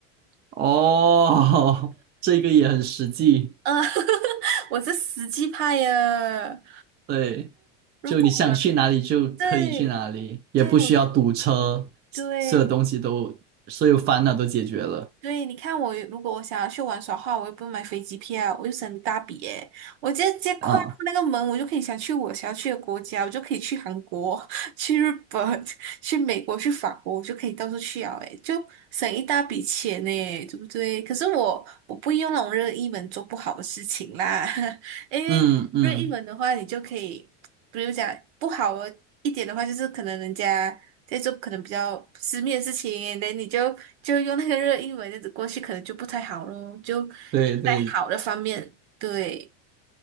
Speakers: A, on the right; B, on the right.
A: 哦，<laughs> 这个也很实际，
B: <laughs> 嗯，我是实际派呀。
A: 对，
B: 如果有
A: 就你想去哪里就可以去哪里，
B: 对
A: 也不需要堵车，
B: 对，我就
A: 所所有东西都所有烦恼都解决了
B: 对对，你看我如果我想要去玩耍的话，我又不用买飞机票，我又省一大笔耶。我直接直接跨过那个门，
A: 啊，
B: 我就可以想去我想要去的国家，我就可以去韩国、<laughs> 去日本、<laughs> 去美国、去法国，我就可以到处去啊，哎，就省一大笔钱呢，对不对？可是我我不用那种任意门做不好的事情啦，<laughs> 因为任意门的话，
A: 嗯嗯。
B: 你就可以，比如讲不好的一点的话，就是可能人家。在做可能比较私密的事情，那你就就用那个热英文这样子过去，可能就不太好咯，就用在好的方面。
A: 对对
B: 对，